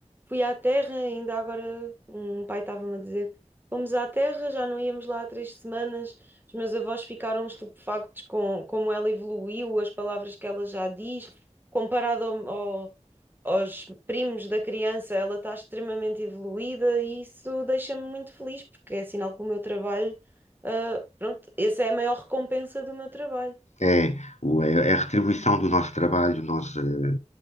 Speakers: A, on the right; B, on the left.
A: fui à Terra, ainda agora um pai estava-me a dizer, fomos à Terra, já não íamos lá há três semanas, os meus avós ficaram estupefactos com como ela evoluiu, as palavras que ela já diz, comparado ao, ao- aos primos da criança, ela está extremamente evoluída e isso deixa-me muito feliz, porque é sinal que o meu trabalho, ah, pronto, essa é a maior recompensa do meu trabalho.
B: é, o- é é a retribuição do nosso trabalho, nós, eh,